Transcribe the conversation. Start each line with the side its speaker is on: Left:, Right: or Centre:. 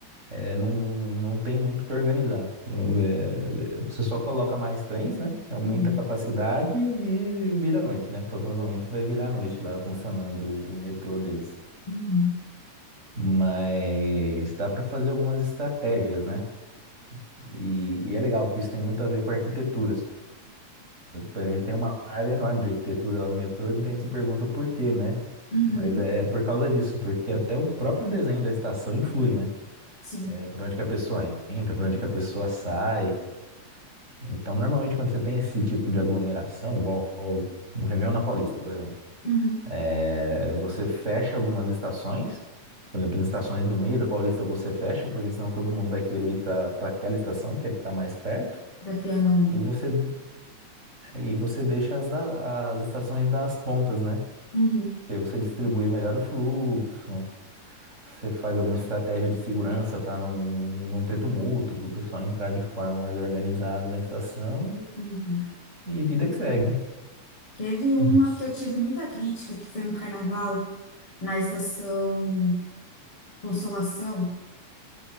Right: É, não, não tem muito o que organizar. Então, É, você só coloca mais trens, né? Você aumenta
Left: Uhum,
Right: a capacidade e vira à noite, né? Provavelmente vai virar à noite lá funcionando o metrô deles.
Left: uhum,
Right: Mas dá para fazer algumas estratégias, né? E, e é legal que isso tem muito a ver com a arquitetura. A gente tem uma área enorme de arquitetura lá no metrô e muita gente se pergunta por quê, né?
Left: uhum,
Right: Mas é por causa disso, porque até o próprio desenho da estação influi, né?
Left: sim,
Right: É por onde que a pessoa entra, por onde que a pessoa sai. Então, normalmente, quando você tem esse tipo de aglomeração, igual o Réveillon na Paulista, por exemplo,
Left: uhum,
Right: é, você fecha algumas estações. Por exemplo, as estações do meio da Paulista você fecha, porque senão todo mundo vai querer ir para aquela estação, que é a que está mais perto,
Left: da Trianon,
Right: e
Left: né?
Right: você, e você deixa as, da- as estações das pontas, né?
Left: Uhum,
Right: E aí você distribui melhor o fluxo, você faz alguma estratégia de segurança para não, não ter tumulto, para o pessoal entrar de forma mais organizada na estação
Left: uhum.
Right: e, e vida que segue.
Left: Teve uma
Right: Hum.
Left: que eu tive muita crítica, que foi no Carnaval, na estação Consolação,